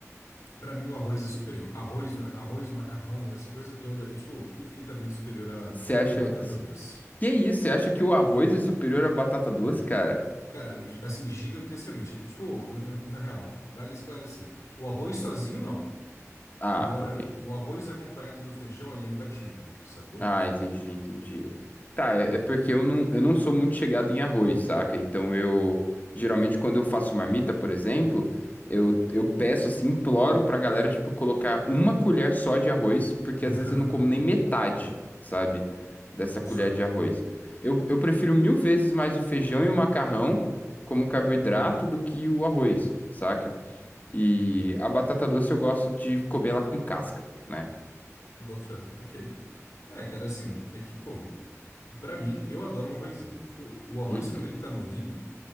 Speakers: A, on the left (about 75°); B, on the left (about 30°).
A: pra mim o arroz é superior. Arroz, arroz, macarrão, essa coisa toda é, tipo, infinitamente superior à,
B: Você acha.
A: à batata doce.
B: Que isso? Você acha que o arroz é superior à batata doce, cara?
A: Cara, assim, gigantescamente. É, tipo, na, na real, vale esclarecer. O arroz sozinho,
B: Hum.
A: não.
B: Ah,
A: Agora,
B: ok.
A: o arroz acompanhado do feijão, ele é imbatível, sacou?
B: Ah, entendi, entendi. Tá, é, é porque eu não, eu não sou muito chegado em arroz, saca? Então eu, geralmente quando eu faço marmita, por exemplo, eu, eu peço assim, imploro pra galera, tipo, colocar uma colher só de arroz, porque
A: <laughs>
B: às vezes eu não como nem metade, sabe? Dessa colher
A: Só,
B: de arroz. Eu, eu prefiro mil vezes mais o feijão e o macarrão como carboidrato do que o arroz, saca? E a batata doce eu gosto de comer ela com casca, né?
A: boto fé, ok. É, cara, assim, é que, pô, pra mim, eu adoro um arrozinho. Tipo, o arroz
B: Uhum,
A: quando ele tá novinho.